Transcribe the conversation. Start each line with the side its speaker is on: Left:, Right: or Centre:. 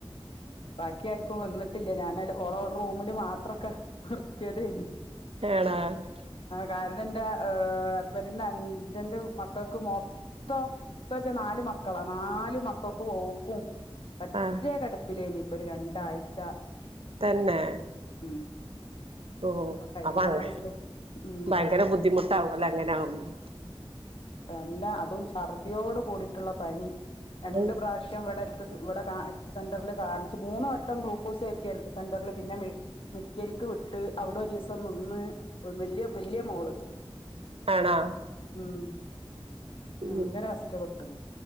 Left: ബാക്കി ആർക്കും വന്നിട്ടി ഇല്ല ഞാൻ ഓളെ റൂമില് മാത്രം <inaudible> നിർത്തിയതേന്ന്.
Right: <unintelligible>
Left: കാരണം എന്റെ ങ് ഹസ്ബൻഡ് എൻ്റെ അഞ്ജന്റെ മക്കൾക്ക് മൊത്തം ത്തച്ച നാല് മക്കളാ നാല് മക്കൾക്ക് ഓൾക്കും മറ്റേ
Right: ആഹ്
Left: കടപ്പിലേനി ഒരു രണ്ടാഴ്ച
Right: തന്നെ
Left: ഉം
Right: ഓ
Left: അപ്പൊ കഴിയണ
Right: അപങ്ങ
Left: നമ്മള് ശ്ര ഉം
Right: ഭയങ്കര ബുദ്ധിമുട്ട ആവുല്ലേ അങ്ങനെ ആകുമ്പോ
Left: അല്ല അതും ഛർദിയോട് കൂടിയിട്ട്ള്ള പനി രണ്ട്
Right: അത്
Left: പ്രാവശ്യം ഇവിടെ ഇവിടെ ഹെൽത്ത് സെന്ററിൽ കാണിച്ച് മൂന്ന് വട്ടം ഗ്ലൂക്കോസ് കയറ്റിയ ഹെൽത്ത് സെന്റർല് പിന്നെ മെഡിക്കൽക്ക് വിട്ട് അവിടെ ഒരിസം നിന്ന് വലിയ വല്യ മോള്
Right: ആണോ
Left: ഉം ഭയങ്കര
Right: ഉം
Left: കഷ്ടപ്പെട്ടു